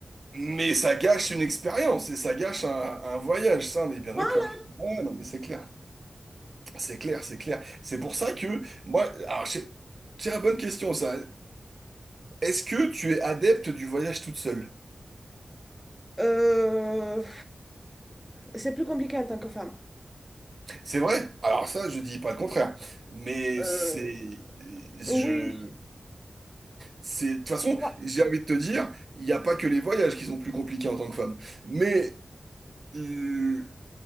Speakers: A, on the right; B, in the centre.
A: Mais ça gâche une expérience et ça gâche un, un voyage, ça on est bien
B: Voilà.
A: d'accord. Ouais, non mais c'est clair, c'est clair, c'est clair. C'est pour ça que moi, alors j'ai une bonne question ça. Est-ce que tu es adepte du voyage toute seule?
B: Euh, c'est plus compliqué en tant que femme.
A: C'est vrai? Alors ça, je dis pas le contraire. Mais
B: Euh,
A: c'est, je,
B: oui.
A: c'est, de toute façon,
B: J'ai pas.
A: j'ai envie de te dire, il n'y a pas que les voyages qui sont plus compliqués en tant que femme. Mais euh,